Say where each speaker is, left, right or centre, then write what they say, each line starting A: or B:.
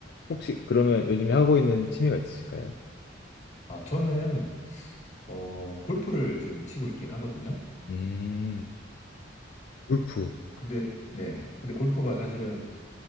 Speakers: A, on the left; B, on the left.
A: 혹시 그러면 요즘에 하고 있는 취미가 있으실까요?
B: 아, 저는, 어, 골프를 지금 치고 있긴 하거든요.
A: 음, 골프.
B: 근데, 네네. 근데 골프가 사실은